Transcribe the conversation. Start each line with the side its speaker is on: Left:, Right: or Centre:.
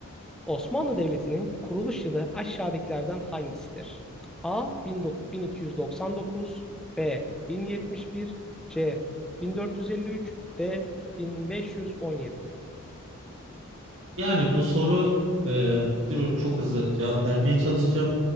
Centre: Osmanlı Devleti'nin kuruluş yılı aşağıdakilerden hangisidir? A. 1299 B. 1071 C. 1453 D. 1517
Right: Yani bu soru e, durun çok hızlı cevap vermeye çalışacağım.